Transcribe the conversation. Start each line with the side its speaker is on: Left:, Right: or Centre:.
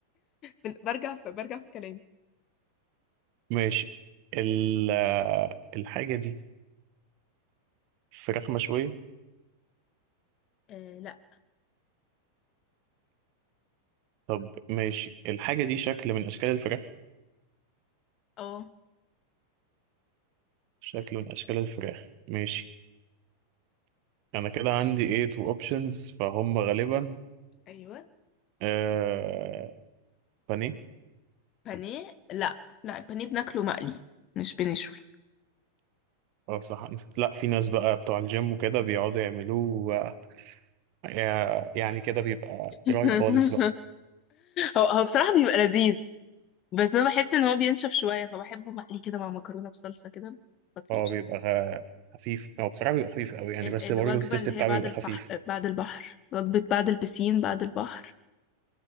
Left: بن- برجع في برجع في كلامي
Right: ماشي ال... آه، الحاجة دي فراخ مشوية
Left: آه لا
Right: طب ماشي الحاجة دي شكل من أشكال الفراخ
Left: اه
Right: شكل من أشكال الفراخ ماشي أنا كده عندي إيه تو أوبشنز فهم غالبا
Left: ايوه
Right: آه بانيه
Left: بانيه لا لا البانيه بناكله مقلي مش بنشوي
Right: أه صح نسيت. لا في ناس بقى بتوع الجيم وكده بيقعدوا يعملوه آه، يعني كده بيبقى
Left: <laughs>
Right: دراي خالص بقى
Left: هو هو بصراحة بيبقى لذيذ بس أنا بحس إن هو بينشف شوية فبحبه مقلي كده مع مكرونة بصلصة كده خطير
Right: هو بيبقى خ- خفيف هو بصراحة بيبقى خفيف قوي يعني
Left: ال
Right: بس
Left: الوجبة
Right: برضه التيست
Left: اللي
Right: بتاعه
Left: هي بعد
Right: بيبقى
Left: الفح
Right: خفيف
Left: بعد البحر وجبة بعد البسين بعد البحر